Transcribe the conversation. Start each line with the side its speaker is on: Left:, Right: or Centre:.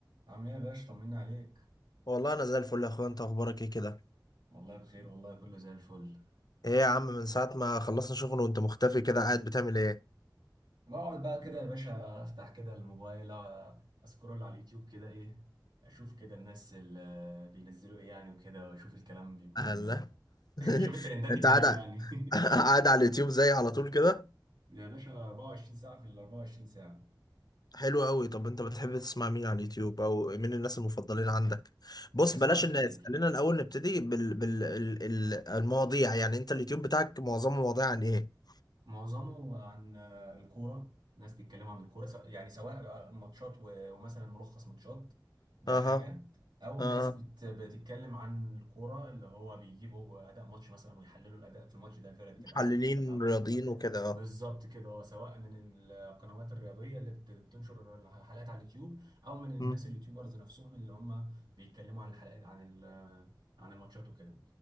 Right: عامل ايه يا باشا طمنا عليك
Left: والله انا زي الفل يا اخويا انت اخبارك ايه كده
Right: والله بخير والله كله زي الفل
Left: ايه يا عم من ساعه ما خلصنا شغل وانت مختفي كده قاعد بتعمل ايه
Right: بقعد بقى كده يا باشا افتح كده الموبايل آه، اسكرول على اليوتيوب كده ايه اشوف كده الناس اللي آه، بينزلوا ايه يعني وكده واشوف الكلام بيكون
Left: الله
Right: <laughs> آه،
Left: <laughs>
Right: اشوف الترندات
Left: انت
Right: الجديدة
Left: قاعد <laughs>
Right: يعني
Left: قاعد على اليوتيوب زي على طول كده
Right: <laughs> يا باشا 24 ساعة في ال 24 ساعة
Left: حلو قوي طب انت بتحب تسمع مين على اليوتيوب او مين الناس المفضلين عندك بص
Right: بسمع
Left: بلاش
Right: ناس
Left: الناس
Right: كتير
Left: خلينا الاول نبتدي بال... بال... ال... ال- المواضيع يعني انت اليوتيوب بتاعك معظمه مواضيع عن ايه
Right: معظمه عن آه، الكورة ناس بيتكلموا عن الكورة سواء- يعني سواء ماتشات و- ومثلا ملخص ماتشات دي
Left: اها
Right: حاجة أو
Left: اها
Right: ناس بت- بتتكلم عن الكورة اللي هو بيجيبوا أداء ماتش مثلا ويحللوا الأداء في الماتش ده الفرقة دي كانت
Left: محللين
Right: عاملة إيه ودي كانت عاملة
Left: رياضيين
Right: إيه
Left: وكده
Right: بالظبط
Left: اه
Right: كده آه، سواء من القنوات الرياضية اللي بت- بتنشر الحلقات على اليوتيوب أو من الناس
Left: امم
Right: اليوتيوبرز نفسهم اللي هم بيتكلموا عن الحلقات عن ال- عن الماتشات وكده